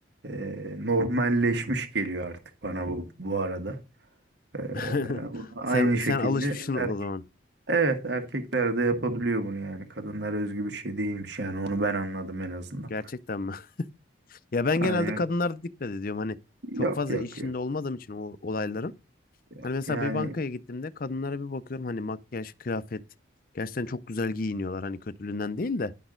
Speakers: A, on the right (about 60°); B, on the left (about 45°).
A: E, normalleşmiş geliyor artık bana bu bu arada. E,
B: <laughs>
A: bu- aynı
B: Sen
A: şekilde
B: sen alışmışsın
A: erkek.
B: o zaman.
A: Evet erkekler de yapabiliyor bunu yani. Kadınlar özgü bir şey değilmiş yani. Onu ben anladım en azından.
B: Gerçekten mi? <laughs> Ya ben
A: Aynen.
B: genelde kadınlarda dikkat ediyorum. Hani çok
A: Yok
B: fazla
A: yok
B: işinde
A: yok
B: olmadığım için o olayların.
A: yok.
B: Hani mesela
A: Yani
B: bir bankaya gittiğimde kadınlara bir bakıyorum. Hani makyaj, kıyafet. Gerçekten çok güzel giyiniyorlar. Hani kötülüğünden değil de.